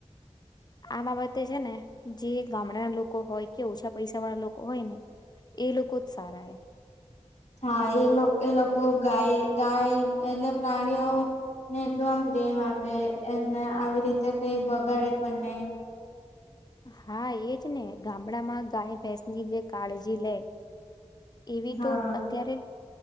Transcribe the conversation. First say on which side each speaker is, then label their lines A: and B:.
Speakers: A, on the left; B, on the left.
A: આ બાબતે છે ને જે ગામડાના લોકો હોય કે ઓછા પૈસા વાળા લોકો હોય ને એ લોકો જ સારા.
B: હા, એ લોકો એ લોકો ગાય ગાય એટલે પ્રાણીઓને એટલું આમ પ્રેમ આપે એને આવી રીતે કઈ બગાડે પણ નહી.
A: હા એજ ને. ગામડામાં ગાય ભેંસ ની જે કાળજી લે એવી
B: હા
A: તો અત્યારે